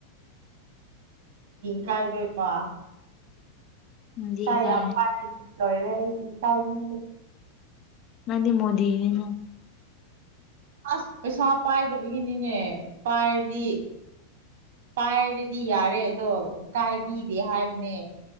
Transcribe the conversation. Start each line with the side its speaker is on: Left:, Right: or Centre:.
Right: ꯀꯥꯏꯗ ꯋꯥ
Left: ꯅꯪꯗꯤ
Right: ꯏꯁꯥ
Left: ꯏꯀꯥꯏ
Right: ꯌꯥꯝ ꯄꯥꯏ ꯂꯣꯏꯔꯔꯦ ꯑꯩꯗꯤ ꯏꯀꯥꯏꯕꯤꯗꯦ
Left: ꯅꯅꯤꯗꯤ ꯃꯣꯗꯤꯅ
Right: ꯑꯁ ꯄꯩꯁꯥ ꯄꯥꯏꯗꯕꯒꯤꯅꯤꯅꯦ ꯄꯥꯏꯔꯗꯤ ꯄꯥꯏꯔꯤ ꯗꯤ ꯌꯥꯔꯦ ꯑꯗꯣ ꯀꯥꯏꯕꯤꯗꯦ ꯍꯥꯏꯕꯅꯦ